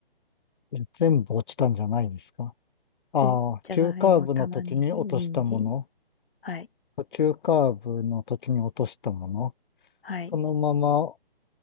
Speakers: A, on the left; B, on the left.
A: え全部落ちたんじゃないですかああ、
B: お、じゃがいも、
A: 急カーブの時に落としたもの、
B: 玉ねぎ、人参。はい。
A: 急カーブの時に落としたもの、
B: はい。
A: そのまま